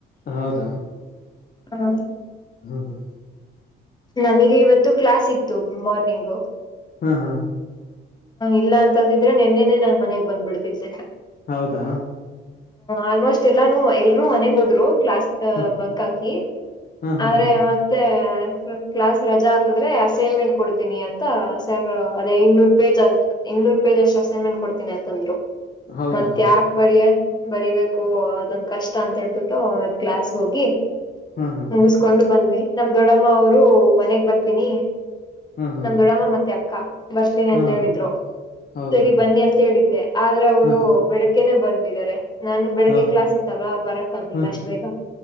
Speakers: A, on the left; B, on the left.
A: ಹೌದಾ
B: ಹ್ಮ್
A: ಹ್ಮ್ ಹ್ಮ್
B: ನನಗೆ ಇವತ್ತು ಕ್ಲಾಸ್ ಇತ್ತು ಮಾರ್ನಿಂಗು.
A: ಹಾಂ ಹಾಂ
B: ಇಲ್ಲ ಅಂತಂದಿದ್ರೆ ನೆನ್ನೆನೇ ನಾನ್ ಮನೆಗ್ ಬಂದ್ಬಿಡ್ತಿದ್ದೆ ಹಾಂ
A: ಹೌದಾ
B: ಆಲ್ಮೋಸ್ಟ್ ಎಲ್ಲಾನ ಎಲ್ರು ಮನೆಗ್ ಹೋದ್ರು ಕ್ಲಾಸ್
A: ಹ
B: ಬಂಕ್ ಹಾಕಿ
A: ಹಾ ಹಾ
B: ಆದ್ರೆ
A: ಹಾ
B: ಮತ್ತೆ ಕ್ಲಾಸ್ ರಜಾ ಹಾಕಿದ್ರೆ ಅಸೈನ್ಮೆಂಟ್ ಕೊಡ್ತೀನಿ ಅಂತ ಸರ್ ಅದೇ ಇನ್ನೂರು ಪೇಜ್ ಅ ಇನ್ನೂರ್ ಪೇಜ್ ಅಷ್ಟ ಅಸೈನ್ಮೆಂಟ್ ಕೊಡ್ತೀನಿ ಅಂತಂದ್ರು
A: ಹೌದಾ
B: ಮತ್ತ ಯಾಕ್ ಬರಿಯ ಬರಿಬೇಕು ಅದೊಂದ್ ಕಷ್ಟ ಅಂತ ಹೇಳ್ಬಿಟ್ಟು ಕ್ಲಾಸ್ ಹೋಗಿ
A: ಹಾಂ ಹಾಂ
B: ಮುಗಿಸ್ಕೊಂಡು ಬಂದ್ವಿ ನಮ್ ದೊಡ್ಡಮ್ಮ ಅವರು ಮನೆಗ್ ಬರ್ತೀನಿ
A: ಹಾ ಹಾ
B: ನಮ್ದೊಡಮ್ಮ ಮತ್ತೆ ಅಕ್ಕ <unintelligible>
A: ಹಾ
B: <unintelligible>
A: ಹಾ
B: ಹೇಳಿದ್ರು
A: ಹೌದಾ
B: ಸರಿ ಬನ್ನಿ ಅಂತ ಹೇಳಿದ್ದೆ ಆದ್ರೆ ಅವರು
A: ಹ
B: ಬೆಳಿಗ್ಗೆನೆ ಬಂದಿದ್ದಾರೆ. ನಾನ್ ಬೆಳಗ್ಗೆ
A: ಹೌ
B: ಕ್ಲಾಸ್ ಇತ್ತಲ್ವಾ ಬರಕ್ ಆಗ್ಲಿಲ್ಲ
A: ಹ್ಮ
B: ಅಷ್ಟ್ ಬೇಗ